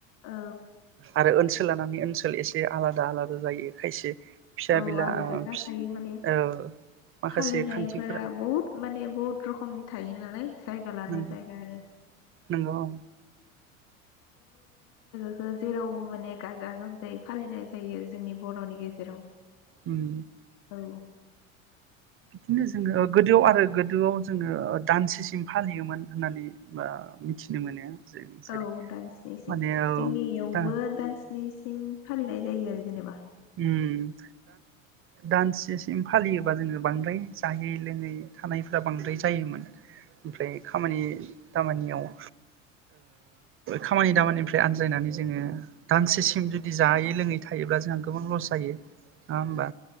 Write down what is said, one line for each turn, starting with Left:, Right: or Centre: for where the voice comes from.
Left: औ
Right: आरो ओन सोल लानानै ओनसोल एसे आलादा आलादा आलादा जायो खायसे फिसा
Left: औ
Right: बिला
Left: आलादा
Right: ओ
Left: जाखायो माने
Right: ओ माखासे
Left: फालिनायफोरा
Right: खान्थिफोरा
Left: बहुद माने बहुद रोखमनि थायो नालाय जायगा लाना
Right: नंगौ
Left: जायगा आरो
Right: नंगौ
Left: बे जेरावबो माने गाजा गोमजायै फालिनाय जायो जोंनि बर'नि गेजेराव
Right: उम
Left: औ
Right: बिदिनो जोङो गोदोआव आरो गोदोआव जोङो दानसेसिम फालियोमोन होननानै आ मिथिनो मोनो जों जेरै
Left: औ दान्सनिसिम
Right: माने औ
Left: जोंनियावबो
Right: दा
Left: दान्सनिसिम फालिनाय जायो आरो जेनेबा
Right: उम दानसेसिम फालियोबा जोङो बांद्राय जायै लोङै थानायफ्रा बांद्राय जायोमोन ओमफ्राय खामानि दामानियाव ओ खामानि दामानिनिफ्राय आनज्रायनानै जोङो दानसेसिम जुदि जायै लोङै थायोब्ला जोंहा गोबां लस जायो नङा होमबा